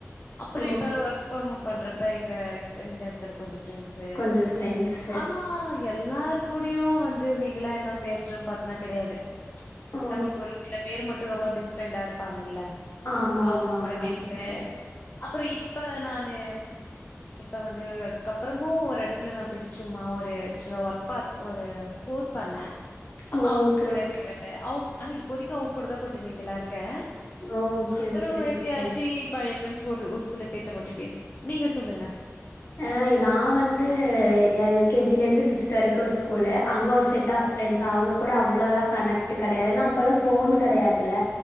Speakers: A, on the left; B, on the left.
A: அப்பறோ
B: ஓ
A: இப்ப ஃபோமம் பண்றப்ப எங்க இந்த இடத்துல கொஞ்சம் ஃப்ரண்ட்ஸ்சு
B: கொஞ்சம் ஃப்ரெண்ட்ஸு
A: ஆனா ஆ எல்லார் கூடயு வந்து மீங்கலாய் என்ன பேசுறேன்னு பாத்னா கெடையாது
B: ஓ
A: நம்மளுக்கு ஒரு சில பேர் மட்டும் ரொம்ப பெஸ்ட் ஃப்ரெண்டா இருப்பாங்கல்ல
B: ஆமா
A: அவுங்க
B: ஆமா
A: கூட
B: ஆமா
A: பேசுவேன்
B: சிஸ்டர்
A: அப்பறம் இப்ப நானு இப்ப வந்து அதுக்கப்புறமு ஒரு இடத்துல நான் போய்ட்டு சும்மா ஒரு சின்னத ஒர்பாத் ஒரு கோர்ஸ் பண்ணே அப்ப
B: ஓகே
A: அவுங்க கூட
B: ஓகே
A: இருக்கிறப்ப அவுங் ஆ இப்ப வரைக்கும் அவுங்க கூடதான் கொஞ்சம் மிங்கல்லா இருக்கேன்
B: ஓகே
A: அப்பறம்
B: ஓகே சிஸ்டர்
A: எப்பயாச்சு பழைய ப்ரெண்டஸ் ஒரு ஒரு சில பேர்ட்ட மட்டும் பேசுவ நீங்க சொல்லுங்க
B: அ நா வந்து எல்கேஜிலேருந்து ஃபிப்த் வரைக்கு ஒரு ஸ்கூலு அங்க ஒரு செட் ஆஃப் ப்ரெண்ட்ஸ் அவங்க கூட அவ்ளோளா கனெக்ட் கெடையாது ஏனா அப்பல்லாம் ஃபோன் கிடையாதுல